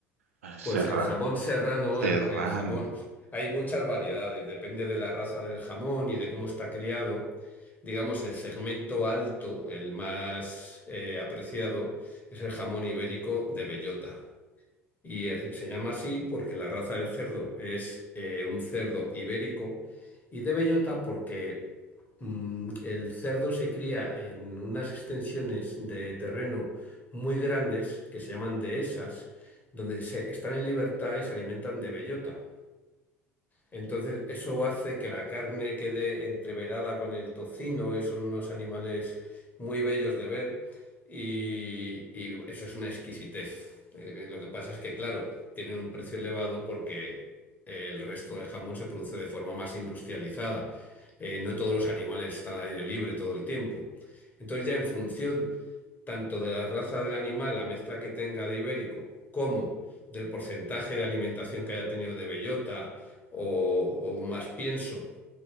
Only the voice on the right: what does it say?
Ah, Serra,
serrano.